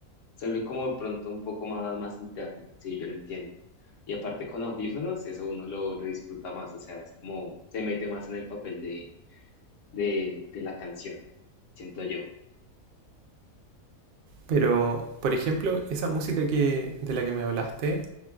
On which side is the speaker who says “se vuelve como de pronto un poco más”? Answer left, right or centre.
Left